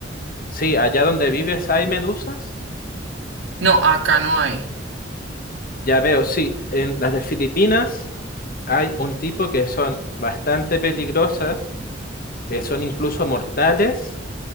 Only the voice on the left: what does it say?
Sí, allá donde vives hay medusas.
Ya veo, sí, en las de Filipinas hay un tipo que son bastante peligrosas, que son incluso mortales